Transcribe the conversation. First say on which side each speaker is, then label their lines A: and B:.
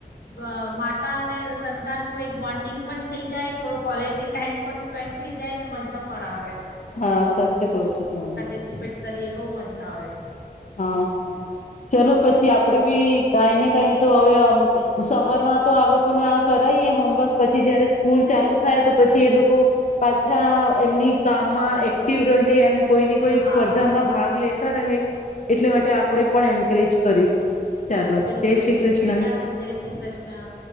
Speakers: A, on the left; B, on the left.
A: અ માતા અને સંતાનનું એક બોન્ડિંગ પણ થઈ જાય થોડો ક્વૉલિટી ટાઈમ પણ સ્પેન્ડ થઈ જાય અને મજા પણ આવે.
B: હા સાચી કોઉ છો તમે
A: પારિટિસિપેટ કરીએ બહુ મજા આવે.
B: હા ચલો પછી આપડે બી કઈ ને કઈ તો હવે સમરમાં તો આ લોકોને આ કરાવએ હોમવર્ક પછી જયારે સ્કૂલ ચાલુ થાય તો પછી એ લોકો પાછા એમની કામમાં એક્ટિવ રહે અને કોઈને કોઈ
A: હા
B: સ્પર્ધામાં ભાગ લેતા રહે એટલે માટે આપણેે પણ એન્કરેજ કરીશું. ચાલો
A: બિલકુલ
B: જય શ્રી
A: બિલકુલ
B: કૃષ્ણ
A: ચાલો જય શ્રી કૃષ્ણ.